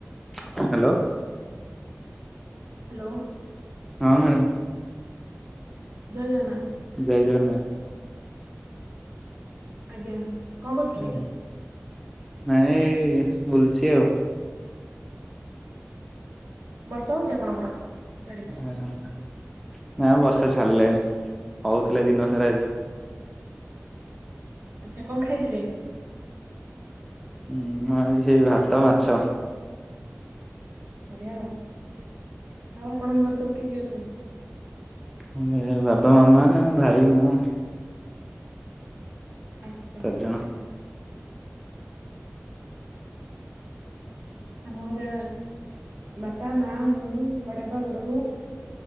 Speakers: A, in the centre; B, on the right (about 50°).
A: ହ୍ୟାଲୋ।
B: ହ୍ୟାଲୋ।
A: ହଁ ମ୍ୟାଡ଼ମ୍।
B: ଜୟ ଜଗନ୍ନାଥ।
A: ଜୟ ଜଗନ୍ନାଥ।
B: ଆଜ୍ଞା। କଣ କରୁଥିଲେ
A: ଆ ନାଇଁ ଏଇ ବୁଲୁଛି ଆଉ।
B: ବର୍ଷା ହଉଛି ଆପଣଙ୍କର? କୁଆଡେ
A: ଆ ନା ବର୍ଷା ଛାଡିଲେଣିି ହଉଥିଲା ଦିନ ସାରା ଆଜି।
B: ଆଚ୍ଛା କଣ ଖାଇଥିଲେ?
A: ହୁଁ ମୁ ଆଜି ସେଇ ଭାତ, ମାଛ।
B: ବଢିଆ ଆଉ ଆଉ ଆପଣଙ୍କ ଘରେ ସବୁ କିଏ କିଏ ଅଛନ୍ତି?
A: ମାନେ ବାବା, ମାମା, ଭାଇ, ମୁଁ।
B: ଆଚ୍ଛା।
A: ଚାରିଜଣ
B: ଆମ ଘରେ ବାପା, ମା, ମୁଁ ବଡାପା, ବଡ ବଉ।